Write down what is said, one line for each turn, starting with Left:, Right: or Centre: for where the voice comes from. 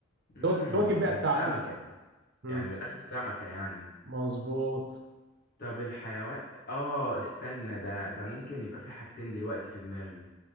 Left: امم
Right: دوت دوت البيئة
Left: يعني
Right: بتاعته
Left: سمكة
Right: أصلا
Left: يعني
Right: مم.
Left: يعني من الآخر سمكة يعني
Right: مظبوط
Left: طب الحيوان اه استنى ده ده ممكن يبقى في حاجتين دلوقتي في دماغي